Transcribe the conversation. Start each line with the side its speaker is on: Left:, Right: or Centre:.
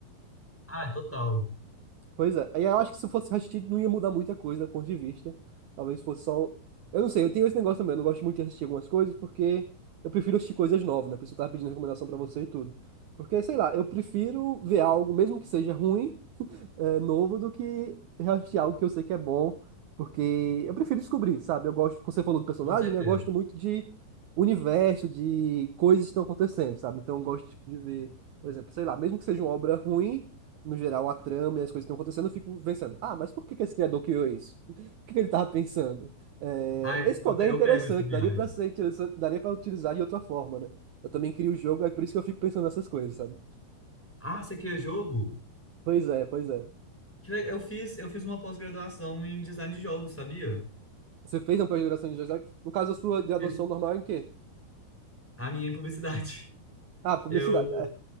Centre: Ah, total.
Right: Pois é. Aí eu acho que se fosse assistir, não ia mudar muita coisa do ponto de vista. Talvez fosse só. Eu não sei, eu tenho esse negócio também. Eu não gosto muito de assistir algumas coisas porque eu prefiro assistir coisas novas, né? A pessoa tá pedindo recomendação pra você e tudo. Porque, sei lá, eu prefiro ver algo, mesmo que seja ruim é, novo do que reassistir algo que eu sei que é bom, porque eu prefiro descobrir, sabe? Eu gosto, como você falou do personagem,
Centre: Com certeza.
Right: né? Eu gosto muito de universo, de coisas que estão acontecendo, sabe? Então eu gosto, tipo, de ver, por exemplo, sei lá, mesmo que seja uma obra ruim, no geral, a trama e as coisas que estão acontecendo, eu fico pensando, ah, mas por que que esse criador criou isso? <laughs> O que que ele estava pensando? É,
Centre: Ah, eu,
Right: esse poder
Centre: pe-
Right: é interessante,
Centre: eu pego essa viagem.
Right: daria para ser interessante, daria para utilizar de outra forma, né? Eu também crio o jogo, é por isso que eu fico pensando nessas coisas, sabe?
Centre: Ah, você quer jogo?
Right: Pois é, pois é.
Centre: Que le- Eu fiz, eu fiz uma pós-graduação em design de jogos, sabia?
Right: Você fez uma pós-graduação em jornalismo? No caso, a sua graduação
Centre: Fiz.
Right: normal é em quê?
Centre: A minha em publicidade. <laughs>
Right: Ah, publicidade.
Centre: Eu,
Right: É.